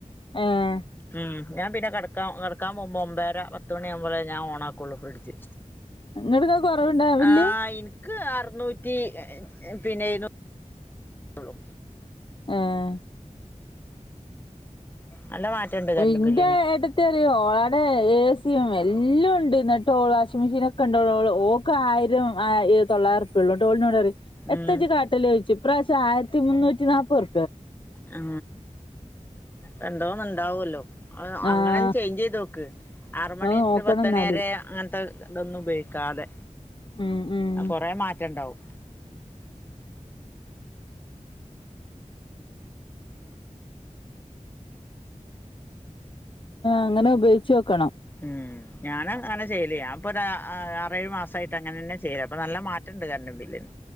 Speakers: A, on the left (about 40°); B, on the left (about 15°).
A: ഏഹ്
B: ഉം ഞാൻ പിന്നെ ക ക്കാൻ മുമ്പ് ഒമ്പേര പത്ത് മണിയാവുമ്പളെ ഞാൻഓണാ ക്കൊള്ളൂ ഫ്രിഡ്ജ്
A: ഇങ്ങട്ട് ഇങ്ങക്ക് കൊറവുണ്ടാ ബില്ല്
B: ആ ഇൻക്ക് അറുനൂറ്റി പിന്നെ എഴു ഹലോ
A: ഏഹ്
B: നല്ല മാറ്റണ്ട് കറണ്ട്
A: ഇന്റെ
B: ബില്ലിന്
A: ഏട്ടത്തെറിയോ ഓളാട ഏസിയും എല്ലുഉണ്ട് ടോൾ വാഷിംഗ് മെഷീൻ ഒക്കെണ്ടൂ ഓക്ക് ആയിരം ആ തൊള്ളായരറ് പ്യ ള്ളു ന്നട്ട് ഓള് ഇന്നോട് പറിം
B: ഉം
A: എത്ത ജ്ജ് കാട്ടല് ഓയ്ച്ചും പ്രപാവശം ആയിരത്തി മുന്നൂറ്റി നാൽപ്പത്
B: ആ രണ്ടോന്നണ്ട് ഉണ്ടാവല്ലോ അ <unintelligible> അങ്ങനെ
A: ആഹ്
B: ചേഞ്ച് ചെയ്ത് നോക്ക് ആറുമണി
A: അത് നോക്കണം
B: പത്ത്
A: എന്നാല്
B: മണി വരെ അങ്ങനത്തെ ഇതൊന്നും ഉപയോഗിക്കാതെ
A: ഉം ഉം
B: ആ കൊറെ മാറ്റം ഉണ്ടാവും
A: അങ്ങനെ ഉപയോഗിച്ചോക്കണം
B: ഉം ഞാൻ അങ്ങനെ ചെയ്യല് ഞാപ്പൊതാ ആറേഴു മാസായിട്ട് അങ്ങനെന്നെ ചെയ്യല് അപ്പൊ നല്ല മാറ്റംണ്ട് കരണ്ടും ബില്ലിന്